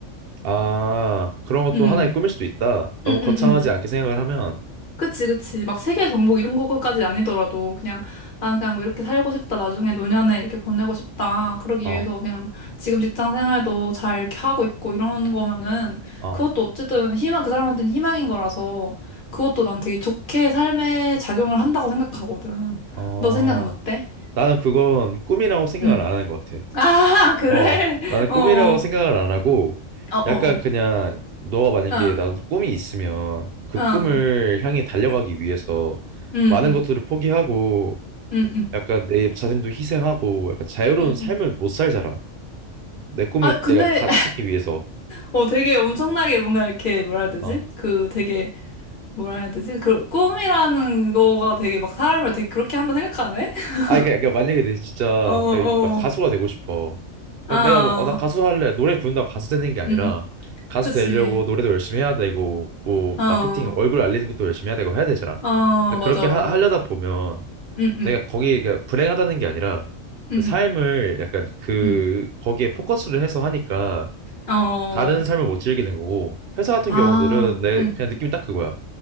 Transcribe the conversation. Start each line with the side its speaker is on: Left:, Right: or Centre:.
Right: 아, 그런 것도
Left: 음.
Right: 하나의 꿈일 수도 있다. 너무
Left: 응응응.
Right: 거창하지 않게 생각을 하면,
Left: 그치, 그치. 막 세계 정복 이런 거까지 아니더라도 그냥 나는 그냥 뭐 이렇게 살고 싶다. 나중에 노년에 이렇게 보내고 싶다. 그러기
Right: 어,
Left: 위해서 그냥 지금 직장 생활도 잘 이렇게 하고 있고 이런 거면은
Right: 어,
Left: 그것도 어쨌든 희망, 그 사람한테는 희망인 거라서 그것도 난 되게 좋게 삶에 작용을 한다고 생각하거든.
Right: 어.
Left: 너 생각은 어때?
Right: 나는 그건 꿈이라고 생각을
Left: 응.
Right: 안 하는 것 같아.
Left: <laughs> 아, 그래?
Right: 어, 나는
Left: 어,
Right: 꿈이라고
Left: 어,
Right: 생각을 안 하고,
Left: 어, 어,
Right: 약간 그냥 너가 만약에
Left: 어,
Right: 나도 꿈이 있으면 그
Left: 어,
Right: 꿈을 향해 달려가기 위해서
Left: 응,
Right: 많은
Left: 응,
Right: 것들을 포기하고
Left: 응, 응,
Right: 약간 내 자신도 희생하고 약간 자유로운
Left: 응.
Right: 삶을
Left: 응.
Right: 못 살잖아. 내 꿈을
Left: 아, 근데
Right: 내가 가, 찾기 위해서.
Left: 어, 되게 엄청나게 뭔가 이렇게 뭐라 해야 되지?
Right: 어.
Left: 그 되게 뭐라 해야 되지? 그 꿈이라는 거가 되게 막 사람을 되게 그렇게 한다 생각하네? <laughs>
Right: 아, 그러니까 그러니까 만약에 내 진짜
Left: 어, 어,
Right: 내가 막 가수가 되고 싶어.
Left: 아,
Right: 그럼 내가 뭐, 어, 나 가수 할래. 노래 부른다고 가수 되는 게 아니라
Left: 응응,
Right: 가수
Left: 그치.
Right: 되려고 노래도 열심히 해야 되고, 뭐,
Left: 어,
Right: 마케팅, 얼굴 알리는 것도 열심히 해야 되고 해야 되잖아.
Left: 어,
Right: 그러니까
Left: 맞아,
Right: 그렇게 하,
Left: 맞아.
Right: 하려다 보면
Left: 응응,
Right: 내가 거기 그러니까 불행하다는 게 아니라
Left: 응응,
Right: 삶을 약간 그,
Left: 응응.
Right: 거기에 포커스를 해서 하니까
Left: 어,
Right: 다른 삶을 못 즐기게 된 거고 회사 같은
Left: 아,
Right: 경우들은 내
Left: 응응,
Right: 그냥 느낌이 딱 그거야.